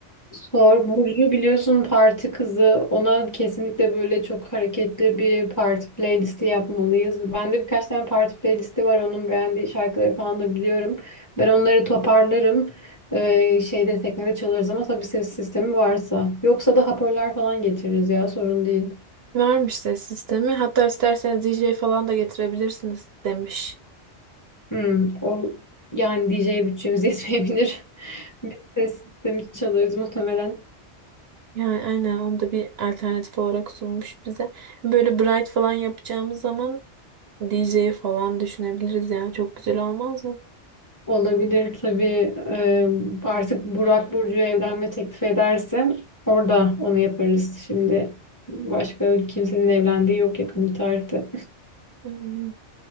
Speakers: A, on the left; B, on the right.
A: Sor. Burcu biliyorsun parti kızı. Ona kesinlikle böyle çok hareketli bir parti playlisti yapmalıyız. Bende birkaç tane parti playlisti var. Onun beğendiği şarkıları falan da biliyorum. Ben onları toparlarım. Ee, şeyde teknede çalarız ama tabii ses sistemi varsa. Yoksa da hoparlör falan getiririz ya sorun değil.
B: Varmış ses sistemi. Hatta isterseniz DJ falan da getirebilirsiniz demiş.
A: Hmm, o yani DJ'ye bütçemiz yetmeyebilir. <laughs> Bir ses sistemi çalarız muhtemelen.
B: Yani aynen onu da bir alternatif olarak sunmuş bize. Böyle bright falan yapacağımız zaman DJ falan düşünebiliriz yani. Çok güzel olmaz mı?
A: Olabilir tabii. Ee, artık Burak Burcu'ya evlenme teklif ederse orada onu yaparız. Şimdi başka kimsenin evlendiği yok yakın bir tarihte.
B: Hmm.